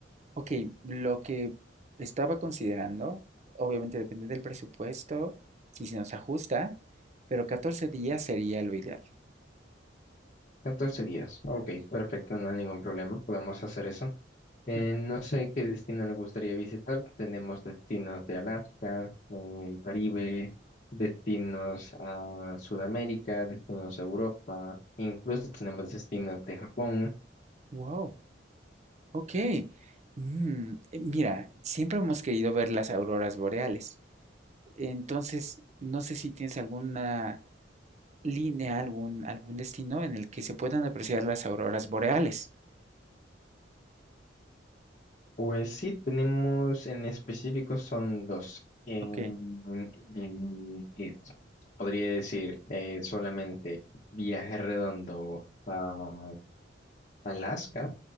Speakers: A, on the right (about 40°); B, on the left (about 40°).
A: Ok, lo que estaba considerando, obviamente depende del presupuesto, si se nos ajusta, pero 14 días sería lo ideal.
B: ¿14 días, ok, perfecto, no hay ningún problema, podemos hacer eso. Eh,
A: Mm.
B: no sé qué destino les gustaría visitar, tenemos destinos de Alaska, eh, Caribe, destinos a Sudamérica, destinos a Europa, incluso tenemos destinos de Japón.
A: Wow. Ok. Mm, eh, mira, siempre hemos querido ver las auroras boreales. Entonces, no sé si tienes alguna línea, algún, algún destino en el que se puedan apreciar las auroras boreales.
B: Pues sí, tenemos en específico son dos. En,
A: Ok,
B: en- eh, podría decir eh, solamente viaje redondo a Alaska.